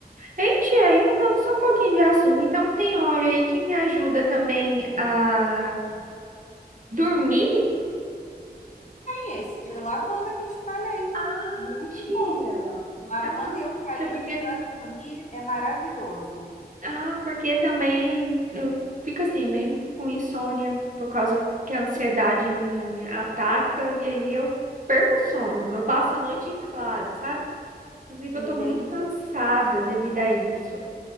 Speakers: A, on the right; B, on the left.
A: Hein, tia aí mudando só um pouquinho de assunto, então tem óleo aí que me ajuda também a dormir?
B: Esse de lavanda que te falei.
A: Ah,
B: Muito
A: tia.
B: bom. Lavanda
A: Ah, não,
B: e eucalipto
A: tia, porque
B: para dormir é maravilhoso.
A: ah, porque também eu fico assim, né, com insônia por causa que a ansiedade me ataca e aí eu perco o sono. Eu passo a noite em claro, sabe? Inclusive,
B: Entendi.
A: eu tô muito cansada devido a isso.